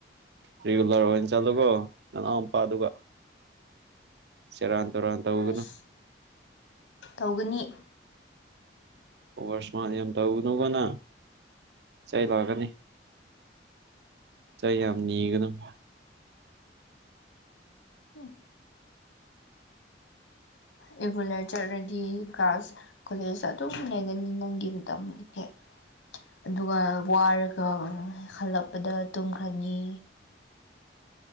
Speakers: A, on the right (about 65°); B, on the left (about 85°).
A: ꯔꯤꯒꯨꯂꯔ ꯑꯣꯏꯅ ꯆꯠꯂꯨꯀꯣ ꯅꯅꯥꯎ ꯃꯄꯥ ꯑꯗꯨꯒ ꯁꯤꯦ ꯔ ꯇꯔ ꯇ ꯎꯒꯅ
B: ꯏꯁ ꯇꯧꯒꯅꯤ
A: ꯑꯣꯁꯃꯥꯟ ꯌꯥꯝ ꯇꯧꯅꯨꯀꯅ ꯆꯩ ꯂꯥꯛꯀꯅꯤ ꯆꯥꯏ ꯌꯥꯝꯅꯤ ꯀ ꯑꯗꯨꯝ
B: ꯎꯝ ꯔꯤꯒꯨꯂꯔ ꯆꯠꯂꯗꯤ ꯀ꯭ꯂꯥꯁ ꯀꯣꯂꯦꯖ ꯑꯗꯨꯝ ꯂꯩꯒꯅꯤ ꯅꯪꯒꯤ ꯃꯇꯝ ꯑꯣꯀꯦ ꯑꯗꯨꯒ ꯋꯥꯔ ꯍꯜꯂꯛꯄꯗ ꯇꯨꯝꯈ꯭ꯔꯅꯤ